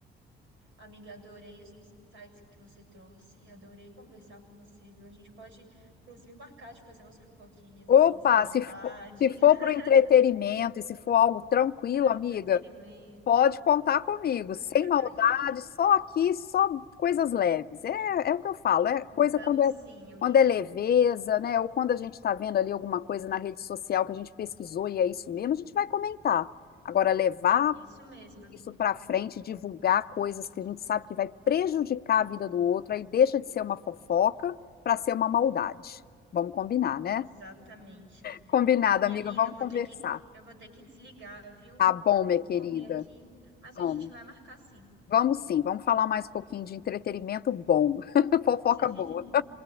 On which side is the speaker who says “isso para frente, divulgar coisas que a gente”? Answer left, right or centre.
Left